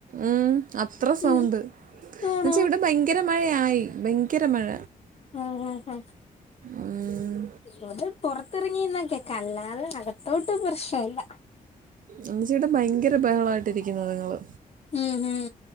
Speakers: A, on the right (about 60°); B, on the left (about 40°).
A: ഉ അത്ര സൗണ്ട്.
B: ഉം
A: എന്നുവെച്ച
B: ആണോ
A: ഇവിടെ ഭയങ്കര മഴയായി ഭയങ്കര മഴ.
B: ഉം ഉം ഉം
A: ഉം,
B: ഇവിടെ പുറത്തിറങ്ങിന്നൊക്കെ കേക്കല്ലാതെ അകത്തോട്ട് പ്രശ്നല്ല.
A: എന്ന ചേട്ടാ ഭയങ്കര ബഹളമായിട്ടിരിക്കുന്നു നിങ്ങള്
B: ഉം ഉം